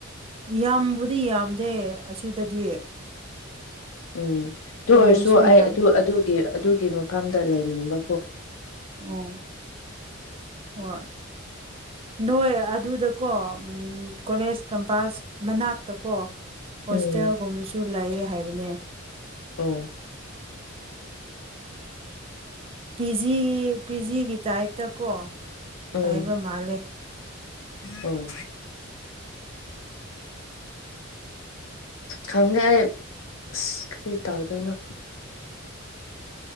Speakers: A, on the right (about 30°); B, on the left (about 75°).
A: ꯌꯥꯝꯕꯨꯗꯤ ꯌꯥꯝꯗꯦ ꯑꯁꯤꯗꯗꯤ
B: ꯎꯝ ꯑꯗꯨ
A: ꯀꯣꯂꯦꯖꯁꯨ
B: ꯑꯣꯏꯔꯁꯨ ꯑꯩ
A: ꯌꯥꯝ
B: ꯑꯗꯨ ꯑꯗꯨꯒꯤ ꯑꯗꯨꯒꯤ ꯃꯐꯝꯗ ꯂꯩꯅꯤꯡꯕ
A: ꯑꯣ ꯍꯣꯏ ꯅꯣꯏ ꯑꯗꯨꯗꯀꯣ ꯎꯝ ꯀꯣꯂꯦꯖ ꯀꯝꯄꯥꯁ ꯃꯅꯥꯛꯇ ꯀꯣ ꯍꯣꯁꯇꯦꯜꯒꯨꯝꯕꯁꯨ
B: ꯎꯝ
A: ꯂꯩ ꯍꯥꯏꯕꯅꯦ
B: ꯑꯣ
A: ꯄꯤꯖꯤ ꯄꯤ ꯖꯤꯒꯤ ꯇꯥꯏꯞꯇꯀꯣ
B: ꯎꯝ
A: ꯍꯥꯏꯕ ꯃꯥꯜꯂꯦ
B: ꯑꯣ ꯈꯪꯗꯦ ꯑꯩ ꯑꯁ ꯀꯔꯤ ꯇꯧꯗꯣꯏꯅꯣ